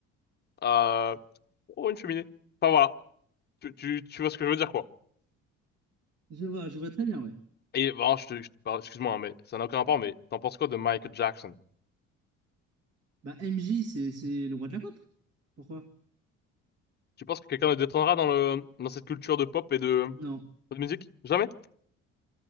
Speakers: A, on the left; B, on the right.
A: euh... oh une cheminée enfin voilà tu, tu tu vois ce que je veux dire quoi
B: je vois, je vois très bien, ouais.
A: Et bon, je te, je te parle, excuse-moi, hein, mais ça n'a aucun rapport, mais t'en penses quoi de Michael Jackson?
B: Bah, MJ, c'est c'est le roi de la pop. Pourquoi?
A: Tu penses que quelqu'un le détrônera dans le, dans cette culture de pop et de,
B: Non.
A: de musique? Jamais?